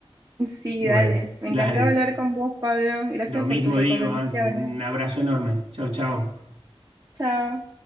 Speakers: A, on the right; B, on the right.
A: Sí,
B: Bueno,
A: dale. Me
B: dale,
A: encantó hablar
B: te-
A: con vos, Pablo. Gracias
B: lo mismo
A: por tus recomendaciones.
B: digo, Angie, un abrazo enorme. Chau, chau.
A: Chao.